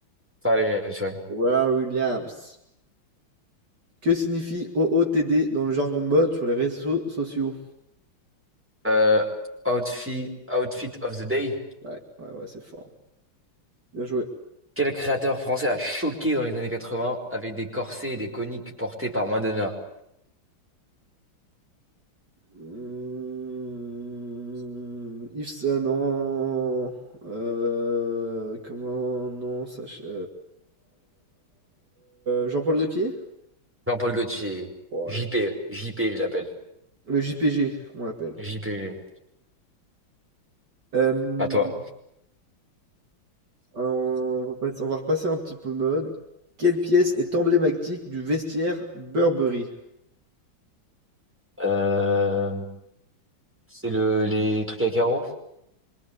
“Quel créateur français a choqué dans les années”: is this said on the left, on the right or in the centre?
Centre